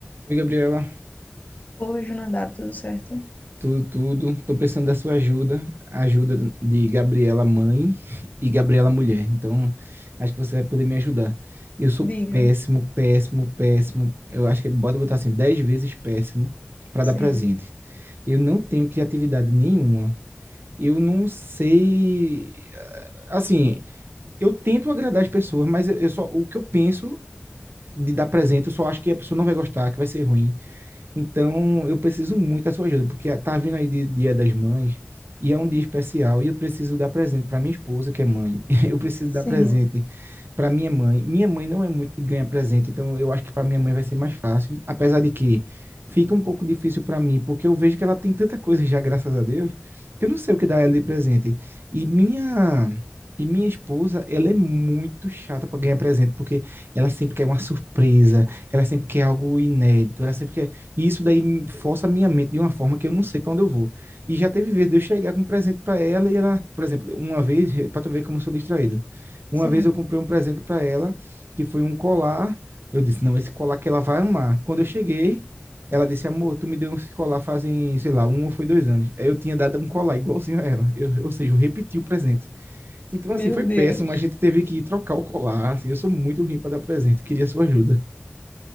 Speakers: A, on the right (about 70°); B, on the left (about 40°).
A: Oi, Gabriela.
B: Hoje o Nadab, tudo certo?
A: Tudo, tudo. Tô precisando da sua ajuda. Ajuda de Gabriela mãe e Gabriela mulher. Então, acho que você vai poder me ajudar. Eu sou
B: Diga.
A: péssimo, péssimo, péssimo. Eu acho que bota botar assim, 10 vezes péssimo para
B: Sim,
A: dar presente. Eu não tenho criatividade nenhuma. Eu não sei. Assim, eu tento agradar as pessoas, mas eu, eu só o que eu penso de dar presente, eu só acho que a pessoa não vai gostar, que vai ser ruim. Então, eu preciso muito da sua ajuda, porque tá vindo aí de- Dia das Mães e é um dia especial e eu preciso dar presente para minha esposa, que é mãe. <laughs> Eu preciso
B: sim,
A: dar presente para minha mãe. Minha mãe não é muito de ganhar presente, então eu acho que para minha mãe vai ser mais fácil, apesar de que fica um pouco difícil para mim, porque eu vejo que ela tem tanta coisa já, graças a Deus, que eu não sei o que dar ela de presente. E minha e minha esposa, ela é muito chata para ganhar presente, porque ela sempre quer uma surpresa, ela sempre quer algo inédito, ela sempre quer e isso daí me- força a minha mente de uma forma que eu não sei para onde eu vou. E já teve vezes de eu chegar com um presente para ela e ela, por exemplo, uma vez, para tu ver como eu sou distraído. Uma
B: sim.
A: vez eu comprei um presente para ela que foi um colar. Eu disse, não, esse colar que ela vai amar. Quando eu cheguei, ela disse, amor, tu me deu esse colar fazem, sei lá, um ou foi dois anos. Aí Eu tinha dado um colar igualzinho a ela. Eu, ou seja, eu repeti o presente. Então,
B: Meu
A: assim, foi
B: Deus.
A: péssimo. A gente teve que ir trocar o colar. Assim, eu sou muito ruim para dar presente. Queria sua ajuda. <laughs>